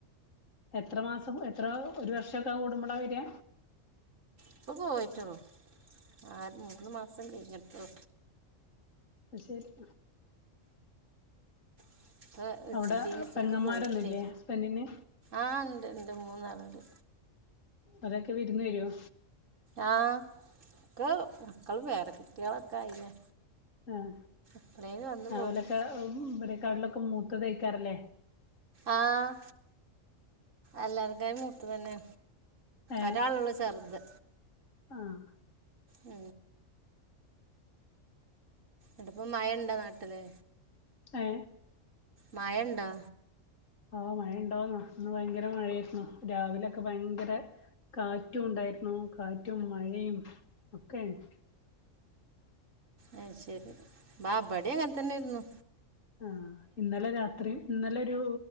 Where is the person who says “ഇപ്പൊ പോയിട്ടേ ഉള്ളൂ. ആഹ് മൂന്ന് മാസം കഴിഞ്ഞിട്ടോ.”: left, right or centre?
Right